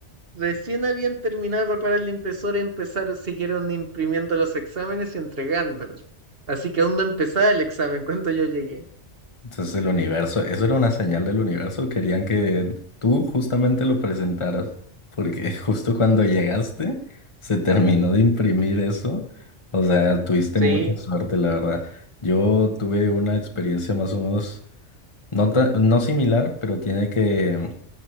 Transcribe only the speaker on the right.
recién habían terminado de reparar la impresora y empezaron, siguieron imprimiendo los exámenes y entregándolos. Así que aún no empezaba el examen <laughs> cuando yo llegué.
Sí,